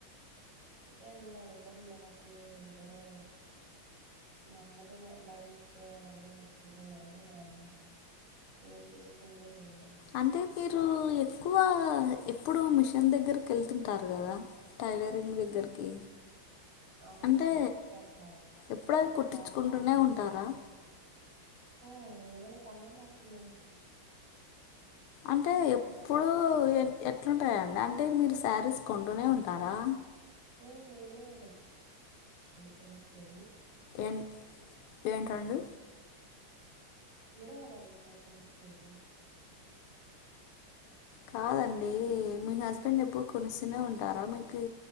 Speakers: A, on the right; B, on the left.
A: అందుకే అండి నా దగ్గర ఉన్న డబ్బులు వెంటనే మామ్మతో మాట్లాడి ఇచ్చేయాలి అని వెళ్పన్నా ఏం చేస్తుందో ఏం
B: అంటే మీరు ఎక్కువ ఎప్పుడు మిషన్ దగ్గరకి వెళ్తుంటారు కదా టైలరింగ్ దగ్గరికి
A: అవునండి
B: అంటే
A: అందుకే అక్కడ
B: ఎప్పుడవి కుట్టించుకుంటూనే
A: బాకీ ఉన్నాను
B: ఉంటారా
A: ఆ ఏమనా పనా మాకేమన్న
B: అంటే ఎప్పుడు ఎ ఎట్లుంటాయంండి అంటే మీరు శారీస్ కొంటూనే ఉంటారా
A: మ్ ఉడకనిచ్చేది
B: ఏ ఏంటండీ
A: మీరే కదండి మాకు పని ఇచ్చేది
B: కాదండి మీ హస్బెండ్ ఎప్పుడు కొనిస్తూనే ఉంటారా మీకు